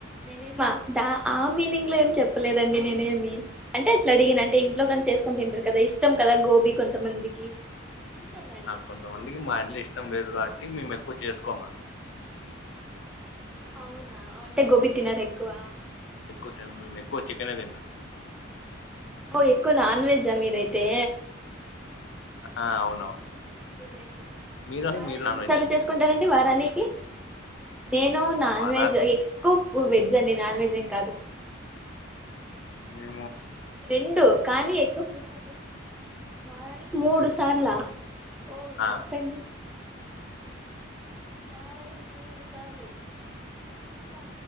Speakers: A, in the centre; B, on the left.
A: ననేమా ద ఆ మ మీనింగ్ లోం చెప్పలేదండి నేనేమి అంటే అట్లా అడిగిన అంటే ఇంట్లో కాని చేసుకుొని తింటారు కదా ఇష్టం కదా గోబీ కొంతమందికి అందుకే అలా అడిగి
B: కొంతమందికి మా ఇంట్లు ఇష్టం వేరు కా మి మ ఎక్కువ చేసుకోమ
A: అవునా అంటే గోబి తినదు ఎక్కువ
B: ఎక్కువ మేము ఎక్కువ చికెనే తిన్నా
A: ఓ ఎక్కువ నాన్ వెజ్ అమీర్ అయితే
B: ఆ అవునవును
A: ంచిల్ండి
B: మీరు అండి
A: వార
B: మీరు
A: ఎన్ని
B: నాన్ వెజ్
A: సార్లు
B: ఏనా
A: చేసుకుంటారండి డి వారనేకి నేను నాన్
B: వారానికి
A: వెజ్ ఎక్కువ వెజ్ అండి నాన్ వెజ్ ఏం కాదు
B: లే
A: రెండు కానీ ఎక్కువ ప వారానికి మూడు సార్లా ఓ న
B: ఆ
A: సడి వారనికి మూడు సార్లు వా